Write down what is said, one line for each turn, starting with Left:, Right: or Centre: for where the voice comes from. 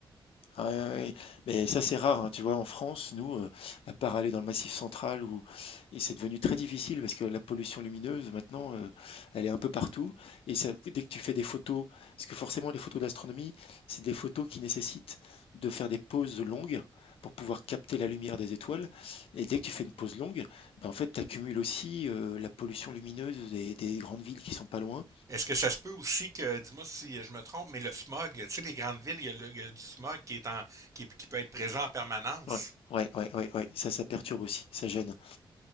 Left: Ah ouais, ouais. Mais ça, c'est rare, hein. Tu vois, en France, nous, euh, à part aller dans le Massif central où et c'est devenu très difficile parce que la pollution lumineuse, maintenant, euh, elle est un peu partout. Et ça, dès que tu fais des photos, parce que forcément, les photos d'astronomie, c'est des photos qui nécessitent de faire des pauses longues pour pouvoir capter la lumière des étoiles. Et dès que tu fais une pause longue, ben, en fait, tu accumules aussi euh, la pollution lumineuse des, des grandes villes qui sont pas loin.
Right: Est-ce que ça se peut aussi que, dis-moi si je me trompe, mais le smog, tu sais, les grandes villes, il y a, le- il y a du smog qui est en, qui, qui peut être présent en permanence.
Left: Ouais, ouais, ouais, ouais, ouais. Ça, ça perturbe aussi, ça gêne.